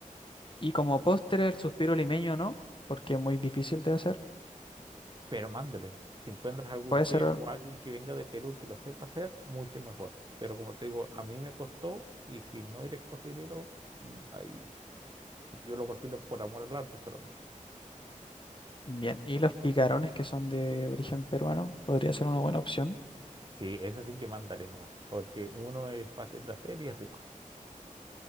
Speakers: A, on the left; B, on the right.
A: Y como postre, el suspiro limeño no, porque es muy difícil de hacer.
B: pero mándale. Si encuentras algún
A: Puede
B: chef
A: ser
B: o alguien que venga de Perú que lo sepa hacer, mucho mejor. Pero como te digo, a mí me costó y si no eres cocinero, mm, ahí yo lo cocino por amor al arte solamente.
A: Bien, y los picarones que son de origen peruano podría ser una buena opción.
B: Sí, esa sí que mándale nomás, porque uno es fácil de hacer y es rico.